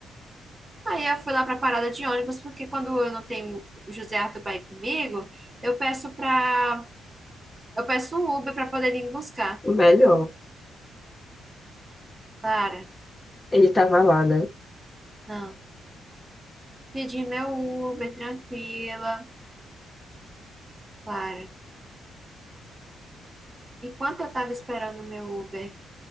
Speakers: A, on the right; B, on the left.
A: Aí eu fui lá para a parada de ônibus, porque quando eu não tenho o José Arthur para ir comigo, eu peço para eu peço um Uber para poder ir me buscar.
B: Melhor.
A: Clara,
B: Ele tava lá, né?
A: não. Pedi meu Uber, tranquila. Clara, enquanto eu estava esperando o meu Uber